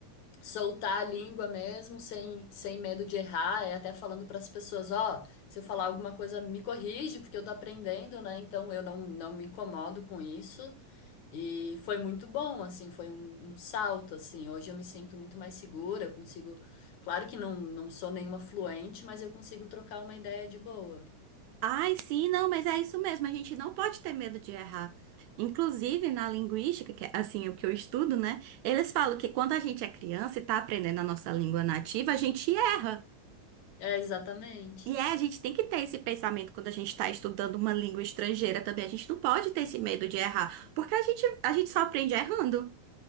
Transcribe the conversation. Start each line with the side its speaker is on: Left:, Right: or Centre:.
Left: soltar a língua mesmo, sem, sem medo de errar, e até falando para as pessoas, ó, se eu falar alguma coisa, me corrige, porque eu tô aprendendo, né? Então eu não, não me incomodo com isso. E foi muito bom, assim, foi um, um salto, assim. Hoje eu me sinto muito mais segura, eu consigo. Claro que não, não sou nenhuma fluente, mas eu consigo trocar uma ideia de boa.
Right: Ai, sim, não, mas é isso mesmo, a gente não pode ter medo de errar. Inclusive, na linguística, que é assim, o que eu estudo, né? Eles falam que quando a gente é criança e tá aprendendo a nossa língua nativa, a gente erra.
Left: É, exatamente.
Right: E é, a gente tem que ter esse pensamento quando a gente está estudando uma língua estrangeira também. A gente não pode ter esse medo de errar, porque a gente, a gente só aprende errando.